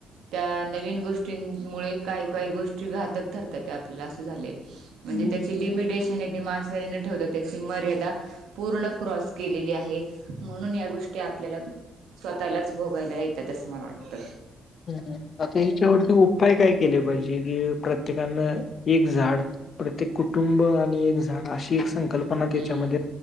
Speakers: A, on the right; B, on the left.
A: त्या नवीन गोष्टींमुळे काही काही गोष्टी घातक ठरतात त्या आपल्याला, असं झालंय.
B: हम्म.
A: लिमिटेशन येते. माणसरीने ठेवतात त्याची मर्यादा पूर्ण क्रॉस केलेली आहे, म्हणून या गोष्टी आपल्याला स्वतःलाच भोगायला येतात, असं मला वाटतं.
B: हम्, आता ह्याच्यावरती उपाय काय केले पाहिजे? की प्रत्येकानं एक झाड प्रत्येक कुटुंब आणि एक झाड, अशी एक संकल्पना त्याच्यामध्ये
A: हम्म